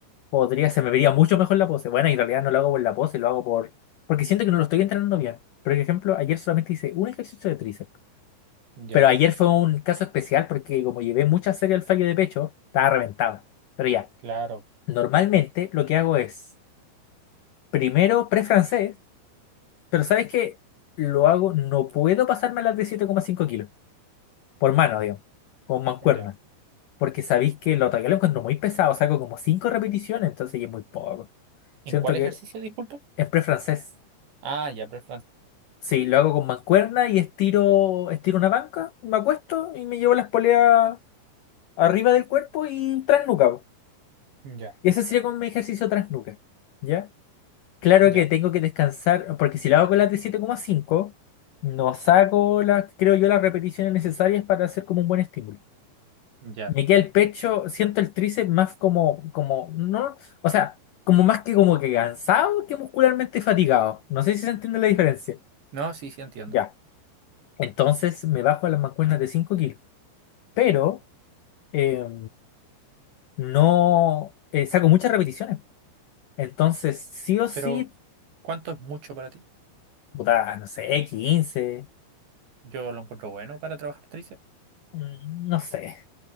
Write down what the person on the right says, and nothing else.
ya,
claro,
ya.
¿En
cuál ejercicio,
disculpa?
Ah, ya, pre
Ya,
ya,
ya.
No, sí, sí entiendo.
Pero ¿Cuánto es mucho para ti?
Yo lo encuentro bueno para trabajar tríceps.